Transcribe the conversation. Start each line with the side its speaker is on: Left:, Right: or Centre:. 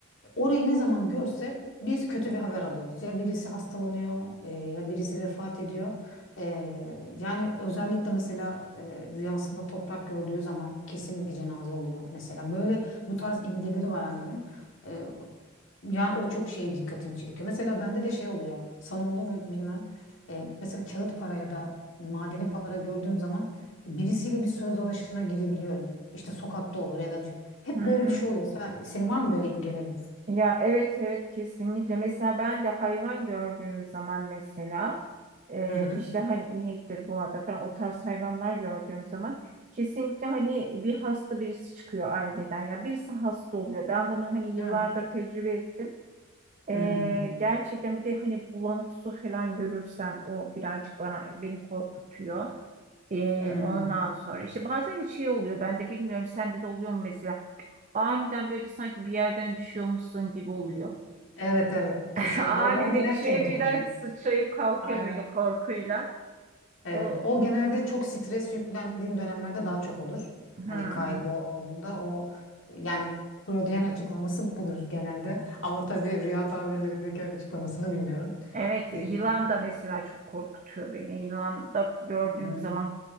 Left: Orayı ne zaman görse biz kötü bir haber alıyoruz. Ya birisi hastalanıyor, e, ya birisi vefat ediyor. E, yani özellikle mesela e, rüyasında toprak gördüğü zaman kesin bir cenaze oluyor. Mesela böyle bu tarz imgeleri var annemin. E, yani o çok şeye dikkatimi çekiyor. Mesela bende de şey oluyor. Sana oldu mu bilmem. E, mesela kağıt para ya da madeni para gördüğüm zaman birisiyle bir söz dalaşına girebiliyorum. İşte sokakta olur ya da bir şey. Hep
Right: Hı
Left: böyle
Right: hı.
Left: bir şey oluyor. Sen, senin var mı böyle imgelerin?
Right: Ya evet evet kesinlikle. Mesela ben de hayvan gördüğüm zaman mesela e,
Left: Hı hı.
Right: işte hani inektir, boğadır falan o tarz hayvanlar gördüğüm zaman kesinlikle hani bir hasta birisi çıkıyor aileden. Ya birisi hasta oluyor. Ben bunu hani yıllardır
Left: Değil mi?
Right: tecrübe ettim. E,
Left: Hmm,
Right: gerçekten bir de hani bulanık su falan görürsem o birazcık bana beni korkutuyor. E,
Left: hmm.
Right: ondan sonra işte bazen şey oluyor ben de bilmiyorum sende de oluyor mu mesela aniden böyle sanki bir yerden düşüyormuşsun gibi oluyor.
Left: Evet evet kesinlikle.
Right: <laughs> Ani
Left: O bence
Right: dedi
Left: herkes
Right: şöyle birden
Left: dolu.
Right: sıçrayıp kalkıyorum
Left: Aynen.
Right: öyle korkuyla.
Left: Evet.
Right: O
Left: O genelde çok stres yüklendiğin dönemlerde daha çok olur.
Right: hmm.
Left: Hani kaygı olduğunda o yani Freudian açıklaması budur genelde. Ama tabii rüya tabirlerindeki açıklamasını bilmiyorum.
Right: Evet yılan
Left: E,
Right: da mesela çok korkutuyor beni. Yılan da gördüğüm
Left: hı.
Right: zaman